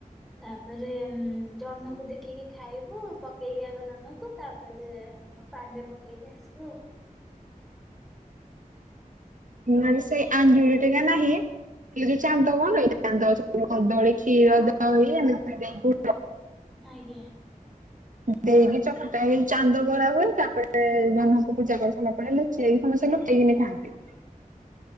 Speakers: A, in the centre; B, on the right.
A: ତାପରେ ହୁଁ ଜହ୍ନ କୁ ଦେଖିକି ଖାଇବୁ ପକେଇକି ଆଗ ଜହ୍ନ କୁ, ତାପରେ ନ ପାଣିରେ ପକେଇକି ଆସିବୁ ଆଉ।
B: ନହେଲେ ସେଇ ଆଞ୍ଜୁଳି ଟେକା ନାହିଁ। ଏ ଯୋଉ ଚାନ୍ଦ କଣ ଚାନ୍ଦ ସବୁ କଦଳୀ, କ୍ଷୀର, ଦହି ଏମିତି <unintelligible>
A: ଆଜ୍ଞା।
B: ଦେଇକି ଚକଟା ହେଇ ଚାନ୍ଦ କରା ହୁଏ। ତାପରେ ଜହ୍ନ ଙ୍କୁ ପୂଜା କରି ସାରିଲା ପରେ ସେ ଖିନା ସେ ଲୁଚେଇକି ଖାଆନ୍ତି।